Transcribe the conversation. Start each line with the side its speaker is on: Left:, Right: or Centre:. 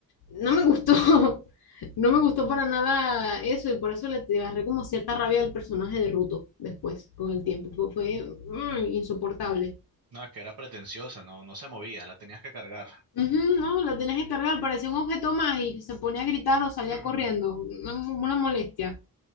Left: No me gustó, <laughs> no me gustó para nada eso y por eso le te agarré como cierta rabia al personaje de Ruto después, con el tiempo. Fue, fue mm, insoportable.
Right: No, es que era pretenciosa, no, no se movía, la tenías que cargar.
Left: Ujú, no, la tenías que cargar, parecía un objeto más y se ponía a gritar o salía
Right: <laughs>
Left: corriendo. Una, una molestia.